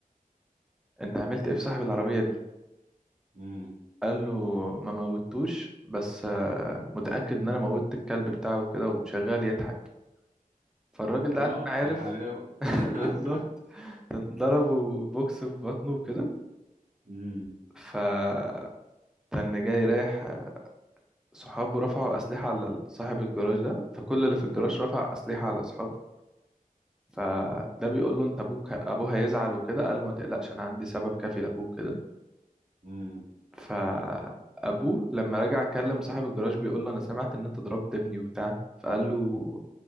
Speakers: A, in the centre; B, on the right (about 60°).
A: انت عملت ايه في صاحب العربيه دي
B: مم.
A: قال له ما موتوش بس آه، متاكد ان انا موتت الكلب بتاعه وكده وشغال يضحك فالراجل
B: اه
A: ده عشان عارف
B: يا حلاوة
A: <laughs>
B: <laughs>
A: بالظبط كان ضربه بوكس في بطنه وكده
B: مم.
A: فكان جاي رايح صحابه رفعوا أسلحة على صاحب الجراج ده فكل اللي في الجراج
B: مم.
A: رفع أسلحة على أصحابه فده بيقول له انت ابوك ابوه هيزعل وكده قال له ما تقلقش انا عندي سبب كافي لابوه كده
B: مم.
A: فابوه لما رجع كلم صاحب الجراج بيقول له انا سمعت ان انت ضربت ابني وبتاع فقال له